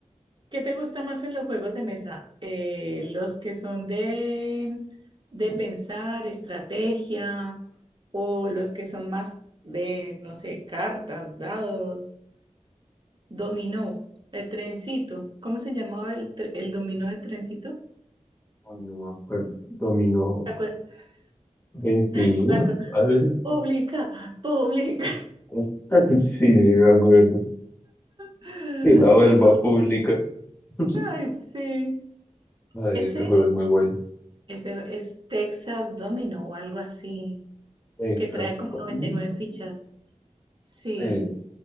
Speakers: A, on the right (about 40°); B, on the left (about 15°).
A: ¿Qué te gusta más en los juegos de mesa? Eh, ¿los que son de, de pensar, estrategia, o los que son más de, no sé, cartas, dados, dominó, el trencito? ¿Cómo se llamaba el, tre- el dominó de trencito?
B: Ay, no me acuerdo. Dominó,
A: ¿Te acuerdas?
B: 21,
A: Jugando,
B: a veces.
A: Pública, pública.
B: <laughs> Sí, me acuerdo.
A: <laughs>
B: Que la vuelva
A: Nosotros,
B: pública. <laughs>
A: ay, sí.
B: Ay,
A: Ese,
B: ese juego es muy bueno.
A: ese es Texas Domino o algo así,
B: Exacto.
A: que trae como noventa
B: Mm,
A: y nueve fichas. Sí.
B: Sí,